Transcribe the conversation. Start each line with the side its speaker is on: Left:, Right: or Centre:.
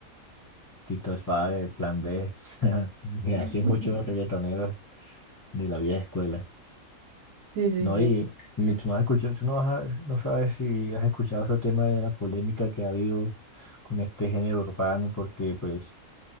Left: Tito el Father, Plan B, <laughs> y así
Right: <laughs>
Left: muchos reggaetoneros de la vieja escuela.
Right: Sí, sí,
Left: No,
Right: sí.
Left: y ni tú no has escuchado, tú no, vas a- no sabes si has escuchado ese tema de la polémica que ha habido con este género urbano, porque pues